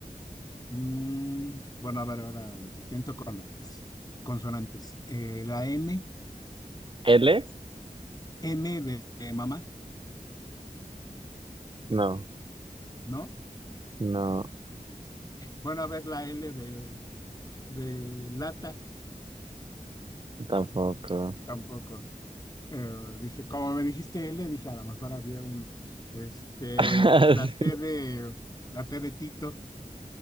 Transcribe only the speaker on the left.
Mm, bueno, a ver, ahora intento con las consonantes. Eh, la M.
M de, de mamá,
¿no?
Bueno, a ver, la L de, de lata.
Tampoco. Eh, dije, como me dijiste L, dije, a lo mejor había un, este,
la T de,
la T de Tito,